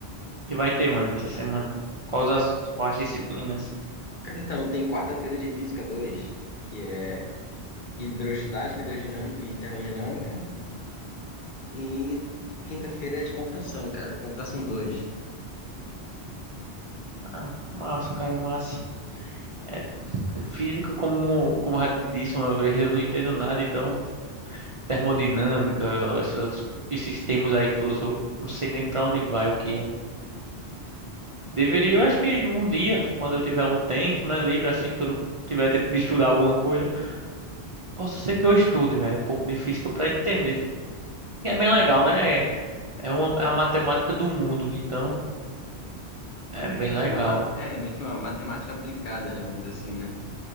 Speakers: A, on the right (about 45°); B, on the left (about 50°).
A: que vai ter, mano, essa semana? Quais as, quais disciplinas?
B: Cara, então, tem quarta-feira de Física dois que é hidrostática, hidrodinâmica e termodinâmica. E quinta-feira é de computação, cara. Computação dois
A: Ai, massa, cara, massa. É, física, como, como eu já te disse uma vez, eu não entendo nada, então... termodinâmica, esses outros, esses termos aí que tu usou, não sei nem pra onde vai o que é. Deveria, eu acho que um dia, quando eu tiver um tempo, né, livre assim, que eu não tiver tempo de estudar alguma coisa, possa ser que eu estude, velho, um pouco de física pra entender. E é bem legal, né? É, é uma, é a matemática do mundo, então é
B: É
A: bem
B: meio que
A: legal.
B: uma, é, é meio que uma matemática aplicada, né, vamos dizer assim, né?